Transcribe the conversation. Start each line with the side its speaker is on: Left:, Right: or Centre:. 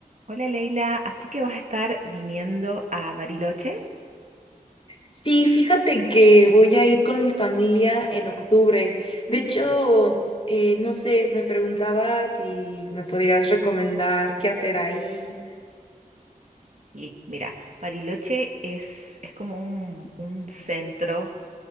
Right: Hola Leila, así que vas a estar viniendo a Bariloche.
Left: Sí, fíjate que voy a ir con mi familia en octubre. De hecho, eh, no sé, me preguntaba si me podrías recomendar qué hacer ahí.
Right: Y mira, Bariloche es, es como un, un centro,